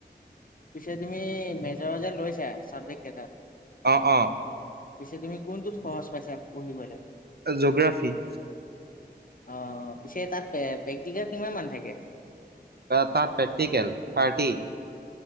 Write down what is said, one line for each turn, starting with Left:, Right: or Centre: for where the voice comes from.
Left: পিছে তুমি মেজৰ যে লৈছা ছাবজেক্ট কেইটাত।
Right: অ অ।
Left: পিছে তুমি কোনটোত সহজ পাইছা পঢ়িবলৈ।
Right: জোগ্ৰাফি।
Left: অ পিছে তাত প্ৰেকটিকেল কিমান মান থাকে।
Right: তাত প্ৰেকটিকেল থাৰ্টি।